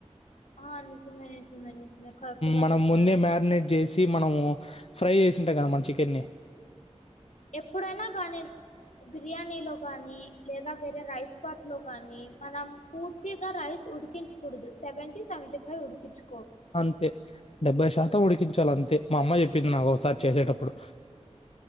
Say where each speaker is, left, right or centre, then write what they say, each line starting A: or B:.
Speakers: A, on the left; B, on the left.
A: హ నిజమే నిజమే నిజమే కరెక్ట్ గా
B: మనం
A: చెప్పారు
B: ముందే మ్యారినేట్ చేసి మనము ఫ్రై చేసింటాగా మన చికెన్ని
A: ఎప్పుడైనా కానీ బిర్యానీ లో గానీ లేదా వేరే రైస్ పాత్ లో గాని మనం పూర్తిగా రైస్ ఉడికించు కుడుదు సవెంటీ సవెంటీ ఫైవ్ ఉడికించు
B: అంతే డెబ్బై శాతం ఉడికించాలి అంతే మా అమ్మ చెప్పింది నాకు ఒకసారి చేసేటప్పుడు